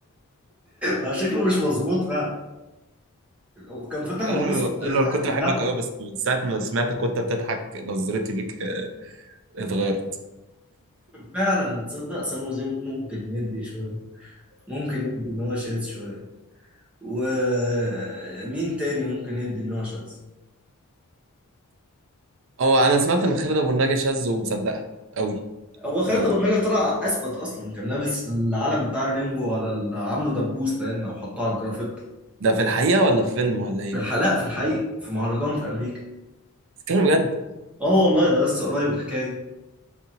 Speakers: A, in the centre; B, on the right.
A: آه، شكله مش مظبوط فعلا وكان فتح
B: قال
A: القميص
B: له قال
A: لتحت
B: له أنا كنت بحبك قوي بس من ساعه ما سمعتك وانت بتضحك نظرتي ليك آه، اتغيرت
A: فعلا تصدق سامو زين ممكن يدي شوية ممكن يدي ان هو شاذ شوية ومين تاني ممكن يدي ان هو شاذ
B: اه انا سمعت ان خالد ابو النجا شاذ ومصدقها قوي
A: هو خالد
B: قوي
A: ابو النجا طلع اثبت اصلا كان لابس العلم بتاع الريمبو على ال- عامله دبوس باين او حطه على الجرافيت
B: ده في الحقيقه ولا في فيلم ولا ايه
A: في الحلقة
B: ده
A: في الحقيقة في مهرجان في امريكا
B: بتتكلم بجد
A: اه والله ده لسه قريب الحكاية دي